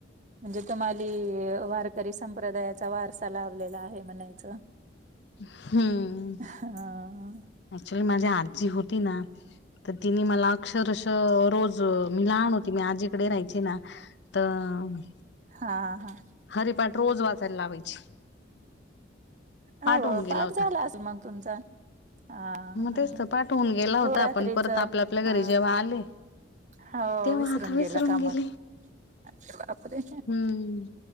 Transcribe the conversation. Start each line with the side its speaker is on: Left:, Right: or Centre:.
Right: म्हणजे तुम्हाली वारकरी संप्रदायाचा वारसा लावलेला आहे म्हणायचं.
Left: हम्म
Right: हां
Left: अक्च्युली माझी आजी होती ना, तर तिने मला अक्षरश रोज- मी लहान होती मी, आजीकडे राहायचे ना तर-
Right: हा हा
Left: हरीपाठ रोज वाचायला लावायची.
Right: हो
Left: होऊन गेला
Right: पाठ
Left: होता
Right: झालास मग तुमचा. हा
Left: मग
Right: हा
Left: तेच तर पाठ होऊन गेला होता
Right: हो रात्रीच
Left: पण परत
Right: हा.
Left: आपल्या आपल्या घरी जेव्हा आले
Right: हो
Left: तेव्हा
Right: विसरून
Left: आता
Right: गेला का
Left: गेले
Right: मग, अरे बापरे!
Left: हम्म